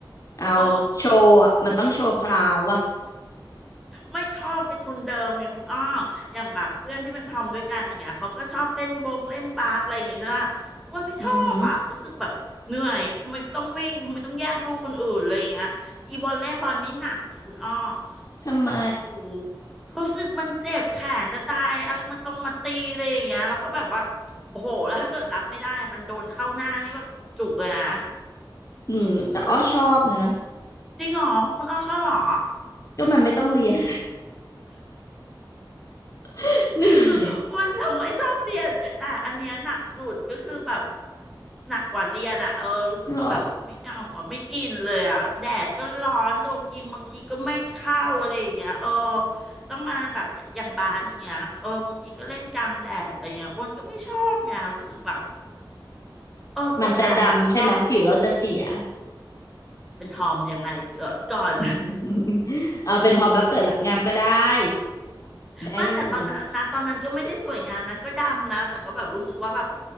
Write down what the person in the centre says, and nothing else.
เออไม่ชอบไปทุนเดิมไงคุณอ้ออย่างแบบเพื่อนที่เป็นทอมด้วยกันอย่างเงี้ยเขาก็ชอบเล่นบงเล่นบาสอะไรอย่างเงี้ยใช่ปะอ้วนไม่ชอบอ่ะรู้สึกแบบเหนื่อยทำไมต้องวิ่งทำไมต้องแย่งลูกคนอื่นอะไรอย่างเงี้ยอีวอลเลย์บอลนี่หนักเลยคุณอ้อ
แบบโอ้โหูรู้สึกมันเจ็บแขนจะตายอะไรมาตรงมาตีอะไรอย่างเงี้ยแล้วก็แบบว่าโอ้โหแล้วถ้าเกิดรับไม่ได้มันโดนเข้าหน้านี่แบบจุกเลยนะ
อืมจริงเหรอคุณอ้อชอบเหรอ
คืออ้วนทำไมชอบเรียนแต่อันเนี้ยหนักสุดก็คือแบบหนักกว่าเรียนอะเออรู้สึกว่าแบบไม่เอาอ่ะไม่อินเลยอะแดดก็ร้อนลงยิมบางทีก็ไม่เข้าอะไรอย่างเงี้ยเออ
ต้องมาแบบอย่างบาสอย่างเงี้ยเออบางทีก็เล่นกลางแดดอะไรเงี้ยอ้วนก็ไม่ชอบเนี่ยรู้สึกแบบเออกดดันอะคุณอ้อ
เป็นทอมยังไงเกิดก่อน
ไม่แต่ตอนนั้นนะตอนนั้นก็ไม่ได้สวยงามนะก็ดำนะแต่ก็แบบรู้สึกว่าแบบ